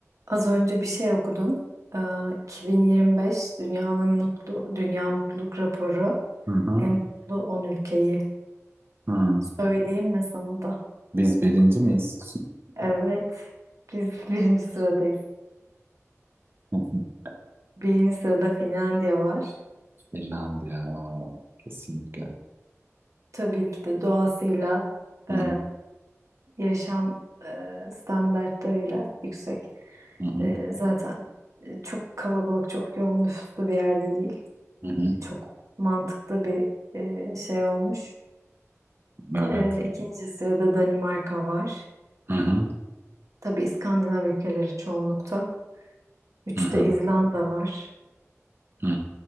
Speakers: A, on the right; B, on the right.
A: Az önce bir şey okudum. Ee, 2025 dünyanın mutlu dünya mutluluk raporu
B: Hı hı.
A: en mutlu 10 ülkeyi.
B: Hı.
A: Söyleyeyim mi sana da?
B: Biz birinci miyiz?
A: Evet. Biz <laughs> birinci sıradayız.
B: <laughs>
A: Birinci sırada Finlandiya var.
B: Finlandiya. Aa, kesinlikle.
A: Tabii ki de doğasıyla
B: Hı
A: e,
B: hı.
A: yaşam e, standartlarıyla yüksek.
B: Hı hı.
A: E, zaten e, çok kalabalık, çok yoğun nüfuslu bir yerde değil.
B: Hı hı.
A: Çok mantıklı bir e, şey olmuş.
B: Evet.
A: Ee, ikinci sırada Danimarka var.
B: Hı hı.
A: Tabii İskandinav ülkeleri çoğunlukta. Üçte
B: Hı hı.
A: İzlanda var.
B: Hı.